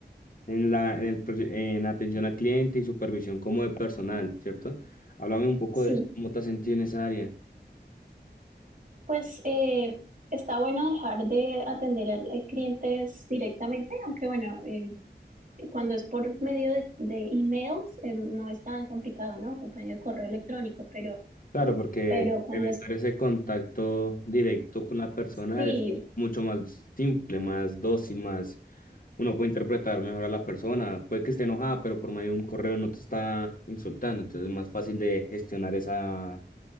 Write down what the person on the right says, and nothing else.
Sí,
pues eh, está bueno dejar de atender eh, clientes directamente, aunque bueno, eh, cuando es por medio de, de emails eh, no es tan complicado, ¿no? Por medio de correo electrónico, pero,
pero cuando
es,
sí,